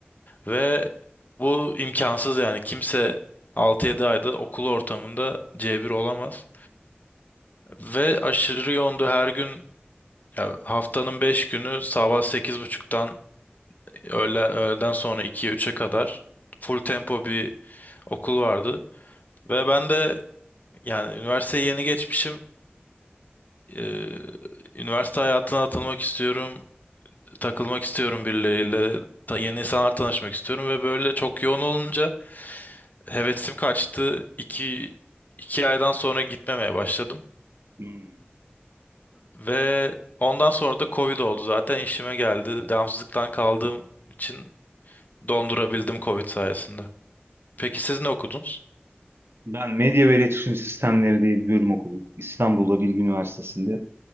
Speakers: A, on the left; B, on the right.
A: Ve bu imkansız yani kimse altı yedi ayda okul ortamında C1 olamaz. Ve aşırı yoğundu her gün ya haftanın 5 günü sabah sekiz buçuktan öğle, öğleden sonra 2'ye üçe kadar full tempo bir okul vardı. Ve ben de yani üniversiteyi yeni geçmişim. Ee, üniversite hayatına atılmak istiyorum. Takılmak istiyorum birileriyle. ta- yeni insanlar tanışmak istiyorum. Ve böyle çok yoğun olunca hevesim kaçtı. İki, iki aydan sonra gitmemeye başladım.
B: Hmm.
A: Ve ondan sonra da Covid oldu zaten işime geldi. Devamsızlıktan kaldığım için dondurabildim Covid sayesinde. Peki siz ne okudunuz?
B: Ben medya ve iletişim sistemleri diye bir bölüm okudum. İstanbul'da Bilgi Üniversitesi'nde.